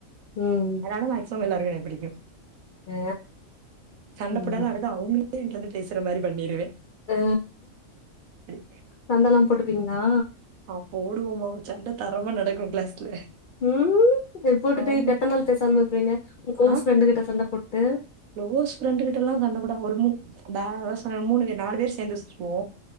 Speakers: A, on the left; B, on the right.
A: ம்
B: அதனால மேக்சிமம் எல்லாருக்கும் என்னய புடிக்கும்
A: அ
B: சண்டபோட்டாலு
A: ம்
B: அடுத் தா அவங்களுக்கே ஏன்ட வந்து பேசுற மாறி பண்ணிருவே
A: ஆ
B: அப்டி
A: சண்டேல்லா போட்டுப்பீங்களா
B: ஆ போடுவோமோ சண்ட தரமா நடக்கூ கிளாஸ்ல
A: உம் இப்டி போட்டுட்டு
B: ஆமா
A: இப்ப எத்தன நாளு பேசாம இருபிங்க உங்க க்ளோஸ்
B: ஆ
A: ஃப்ரெண்டு கிட்ட சண்ட போட்டு
B: க்ளோஸ் ஃப்ரெண்டு கிட்டலா சண்டபோடாம ஒரு மூண் த என்ன சொன்ன மூணு பேரு நாலு பேரு சேந்து சுச்சுவோ